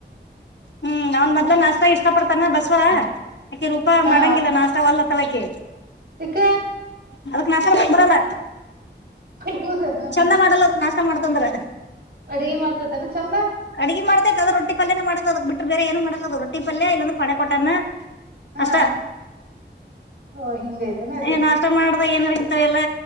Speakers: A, on the left; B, on the right.
A: ಹ್ಮ್ ಅವ್ನ್ ಮದ್ಲು ನಾಷ್ಟತಾ ಇಷ್ಟ ಪಡ್ತಾನ ಬ ಸ್ವ ಆಕೆ ರೂಪಾ
B: ಹಾ
A: ಮಾಡಂಗಿಲ್ಲ ನಾಷ್ಟ ವಲ್ಲ ತಳಕಿ
B: ಇಕ
A: ಅದಕ್ಕೆ ನಾಸ ಕ ಬಿಡಲ್ಲ
B: ಹೌದನ
A: ಚಂದ ಮಾಡಲ್ಲ ಅದು ನಾಷ್ಟ ಮಾಡ್ತಂದ್ರ
B: ಅಡಗೆ ಮಾಡ್ತತನ ಚಂದ
A: ಅಡ್ಗೆ ಮಾಡತತದ ರೊಟ್ಟಿ ಪಲ್ಯನ ಮಾಡದದು ಬಿಟ್ಟ್ರ ಬೇರೆ ಏನು ಮಾಡಲ್ಲ ಅದು ರೊಟ್ಟಿ ಪಲ್ಯ ಇಲ್ಲಂದ್ರೆ ಪೆ ಕೊೋಟನ
B: ಹಾ
A: ಅಷ್ಟ
B: ಓ ಹಿಂಗೈತನ ಇದು
A: ಏನುಷ್ಟ ಮಾಡ ಏಾರ ಇಂತವೆ ಎಲ್ಲಾ